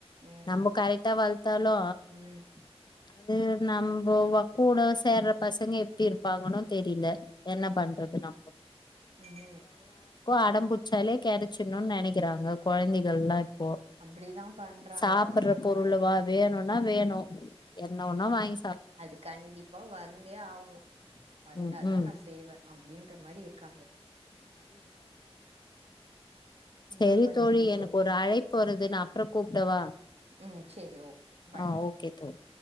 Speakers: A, on the right (about 75°); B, on the left (about 45°).
A: ம்
B: நம்ம கரெக்டா வ தாலோ
A: ம்
B: அது நம்ப கூட சேர்ற பசங்க எப்டி இருப்பாங்கன்னு தெரில என்ன பண்றது நம்போ
A: ம்
B: அடம்புச்சாலே கெடைச்சிடுணு நெனைக்கிறாங்க கொழந்தைங்க லாப் இப்போ
A: அப்டிதா பண்றாங்க
B: சாப்பட்ற
A: என்ன
B: பொருள்ளவா
A: பண்றது
B: வேணும் அதா வேணும் என்ன வேணா வாங்கி சா
A: அது கண்டிப்பா வந்தே ஆகணும் வந்தாதான்
B: ம் ம்
A: நான் செய்வேன் அப்படின்ற மாதிரி இருக்காங்க என்னா
B: சரி
A: பண்ண
B: தோழி
A: முடியு
B: எனக்கு
A: சொல்லுங்க
B: ஒரு அழைப்பு வருது நா அப்புறோ கூப்பிடவா
A: ம் சேரி ஓகே பாய்
B: ஆ ஓகே தோழி